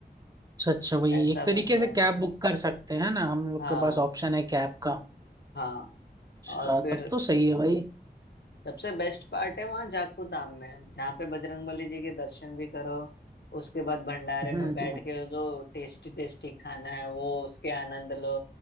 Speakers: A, on the right; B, on the left.
A: अच्छा वही
B: ऐसा
A: एक तरीके
B: बनते
A: से
B: हैं
A: कैब बुक कर सकते हैं ना हम लोग
B: हाँ
A: के पास ऑप्शन है कैब का
B: हाँ
A: अच्छा
B: और फिर
A: तब तो सही है भाई
B: सबसे बेस्ट पार्ट है वहाँ जाखू धाम में जहाँ पे बजरंगबली जी के दर्शन भी करो उसके बाद भंडारे में
A: हम्म
B: बैठ के जो टेस्टी टेस्टी खाना है वो उसके आनंद लो